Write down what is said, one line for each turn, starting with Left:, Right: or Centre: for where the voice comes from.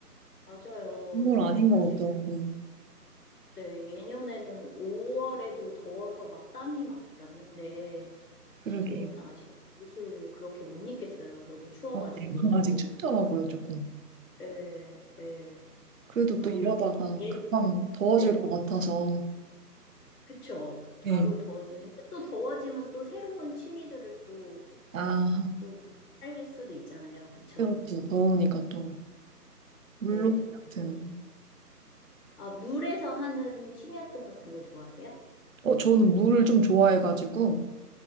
Left: 맞아요.
Right: 건물
Left: 네,
Right: 아닌
Left: 아직,
Right: 것 같더라고요.
Left: 네, 예년에는 5월에도 더워서 막 땀이 막 났는데
Right: 그러게.
Left: 지금은 아직 옷을 그렇게 못 입겠어요. 너무 추워가지고.
Right: 아, <laughs> 아직 춥더라고요, 조금.
Left: 예, 예.
Right: 그래도
Left: 그러면,
Right: 또 이러다가
Left: 예,
Right: 금방 더워질
Left: 네,
Right: 것 같아서.
Left: 그쵸. 바로
Right: 네.
Left: 더워지면, 또 더워지면 또 새로운 취미들을 또
Right: 아,
Left: 또 할 수도 있잖아요. 그쵸?
Right: 때로 또 더우니까 또 물놀이
Left: 네.
Right: 같은.
Left: 어, 아, 물에서 하는 취미 활동 같은 거 좋아하세요?
Right: 어, 저는 물을 좀 좋아해가지고.